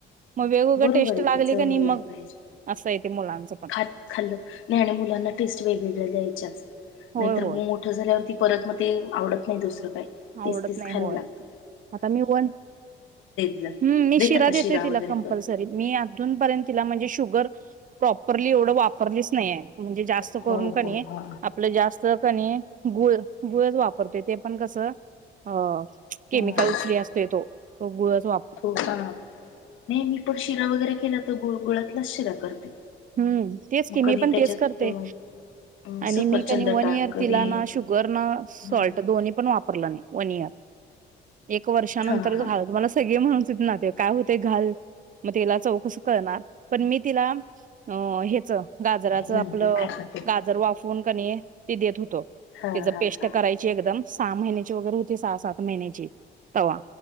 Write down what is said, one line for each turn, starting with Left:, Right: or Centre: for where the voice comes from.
Right: मग वेगवेगळ
Left: बरोबर
Right: टेस्ट
Left: आहे
Right: लागली.
Left: की चव
Right: कणी
Left: वेगळी
Right: मग
Left: पाहिजे
Right: असय ते मुलांच.
Left: खात खाल्लं नाही नाही आणि मुलांना टेस्ट वेगवेगळ्या द्याच्याच
Right: होय
Left: नाहीतर
Right: होय
Left: मोठं झाल्यावरती. परत मग ते आवडत नाही दुसरं काही
Right: आवडत
Left: तेच तेच
Right: नाही
Left: खायला
Right: होय
Left: लागत.
Right: आता मी वन
Left: जा
Right: हम्म मी
Left: देता
Right: शिरा
Left: का
Right: देतोय तिला
Left: वगैरे
Right: कम्पल्सरी
Left: करून?
Right: मी अजून पर्यंत. तिला म्हणजे शुगर प्रॉपरली एवढं वापरलीच नाही हाय. म्हणजे जास्त
Left: हो
Right: करून कणी
Left: हो हा
Right: आपलं जास्त. कणी गुळ गुळच वापरतोय ते पण कसं अं.
Left: हा.
Right: केमिकल फ्री असतोय तो तो गूळच.
Left: हो का नाही मी पण शिरा वगैरे केला तर गुळ गुळतलाच शिरा करते.
Right: हम्म तेच
Left: मग
Right: की मी
Left: कधी
Right: पण
Left: त्याच्यात
Right: तेच करतेय.
Left: अ
Right: आणि
Left: सफरचंद
Right: मी कणी वन
Left: टाक
Right: इयर
Left: कधी
Right: तिला ना शुगर ना सॉल्ट
Left: हा
Right: दोन्ही पण वापर रल नाय वन इयर, एक वर्षानंतर
Left: हा हा.
Right: झालं मला सगळे म्हणत होते नातेवाईक काय होतंय घाल मग त्याला चव कसं कळणार पण मी तिला अं ह्याच गाजराच
Left: नंतर
Right: आपलं
Left: खातातच.
Right: गाजर वाफवून कनी ते देत होतो.
Left: हा
Right: तिझं
Left: हा
Right: पेस्ट
Left: हा
Right: करायची एकदम सहा महिन्याची वगैरे होती सहा सात महिन्याची तवा.